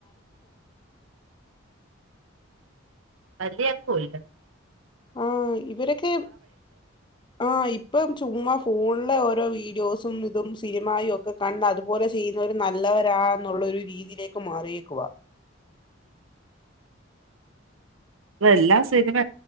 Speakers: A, on the right; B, on the left.
A: തല്ല്യ കൊല്ല
B: ആ വരൊക്കെ ആഹ ഇപ്പം ചുമ്മാ ഫോണിലെ ഓരോ വീഡിയോസും ഇതും സിനിമയും ഒക്കെ കണ്ട് അതുപോലെ ചെയ്യുന്നവ നല്ലവരാ എന്നുള്ളരു രീതിയിലേക്ക് മാറിയേക്കവാ
A: ഇ എല്ലാ സിനിമ